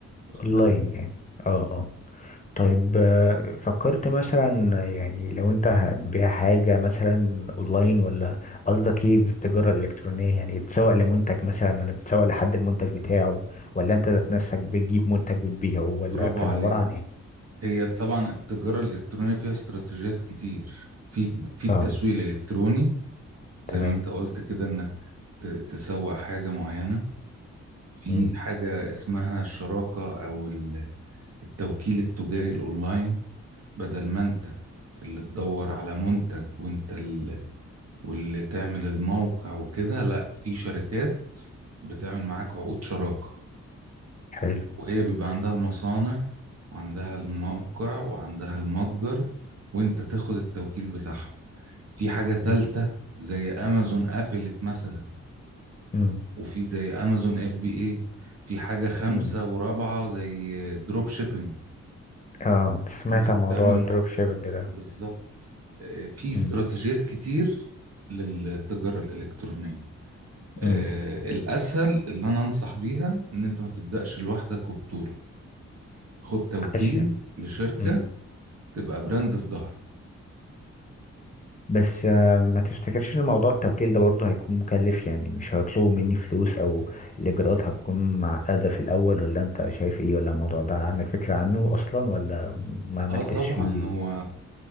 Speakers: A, on the right; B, on the left.
A: واخد
B: اونلاين
A: بالك
B: يعني اه اه طيب آه، فكرت مثلا يعني لو انت هتبيع حاجة مثلا اونلاين ولا قصدك
A: مم.
B: ايه بالتجارة الالكترونية يعني تسوق لمنتج مثلا ولا بتسوق لحد المنتج بتاعه ولا انت ذات نفسك بتجيب منتج وتبيعه ولا
A: برافو
B: كان
A: عليك
B: عبارة عن ايه
A: هي طبعا التجارة الإلكترونية فيها استراتيجيات كتير في في التسويق
B: اه
A: الإلكتروني زي
B: تمام
A: ما انت قلت كده انك ت- تسوق حاجة معينة في
B: امم
A: حاجة اسمها الشراكة أو ال التوكيل التجاري الاونلاين بدل ما انت اللي تدور على منتج وانت اللي واللي تعمل الموقع وكده لا في شركات بتعمل معاك عقود شراكة
B: حلو
A: وهي بيبقى عندها المصانع وعندها الموقع وعندها المتجر وانت تاخد التوكيل بتاعهم في حاجة تالتة
B: امم
A: زي امازون قفلت مثلا
B: امم
A: وفي زي امازون اف بي اي في حاجة خامسة
B: امم
A: ورابعة زي دروب شيبينج
B: اه سمعت
A: انك
B: عن موضوع
A: تعمل م-
B: الدروب شيبنج ده
A: بالظبط آه، في استراتيجيات
B: امم
A: كتير للتجارة الإلكترونية آه،
B: امم
A: الأسهل اللي أنا أنصح بيها إن أنت ما تبدأش لوحدك وبطولة خد توكيل
B: عشان
A: لشركة
B: امم
A: تبقى براند في ظهرك
B: بس آه، ما تفتكرش ان موضوع التوكيل ده برضه هيكون مكلف يعني مش هيطلبوا مني فلوس او الاجراءات هتكون معقدة في الاول ولا انت شايف ايه ولا الموضوع ده عندك فكرة عنه اصلا ولا ما عملتش
A: آه طبعا
B: فيه
A: هو